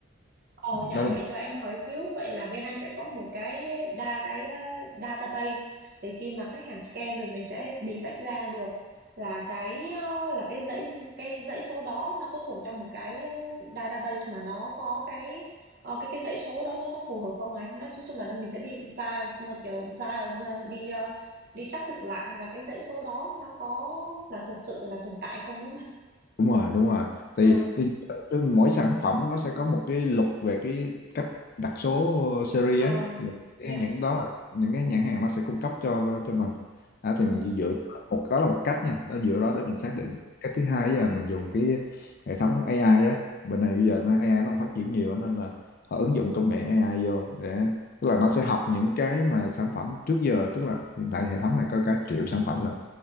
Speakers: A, on the right; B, on the left.
A: Ồ dạ
B: đó là
A: vậy cho em hỏi xíu vậy là bên anh sẽ có một cái đa cái ờ, database để khi mà khách hàng scan rồi mình sẽ detect ra được là cái ờ, là cái dãy cái dãy số đó nó có thuộc trong một cái ờ, database mà nó có cái ờ, cái cái dãy số đó nó nó phù hợp không anh? Nói chung chung là nó- mình sẽ đi và và kiểu và, và đi ờ, đi xác thực lại là cái dãy số đó nó có là thực sự là tồn tại không đúng không anh?
B: đúng rồi đúng rồi
A: À,
B: thì, thì trên mỗi sản phẩm nó sẽ có một cái luật về cái cách đặt số ờ, series
A: à,
B: á Là cái-
A: dạ.
B: những đó là những cái nhãn hàng nó sẽ cung cấp cho cho mình à, thì
A: Ừ.
B: mình chỉ dựa một đó là một cách nha đó dựa đó để mình
A: Ừ.
B: xác định cách thứ hai là mình dùng cái hệ thống AI á bên này bây giờ nó AI nó còn phát triển nhiều á, nên là họ ứng dụng công nghệ AI vô để tức là nó sẽ học những cái mà sản phẩm trước giờ tức là hiện tại hệ thống này có cả triệu sản phẩm lận